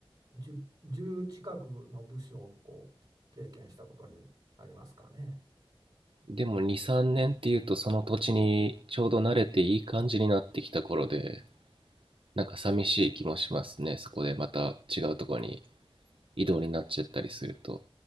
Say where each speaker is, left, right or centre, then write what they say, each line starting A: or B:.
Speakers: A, on the right (about 40°); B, on the right (about 65°).
A: う10、じゅう近くの部署をこう経験したことになりますかね。
B: でも2、3年っていうと、その土地にちょうど慣れていい感じになってきた頃で、なんか寂しい気もしますね。そこでまた違うところに移動になっちゃったりすると。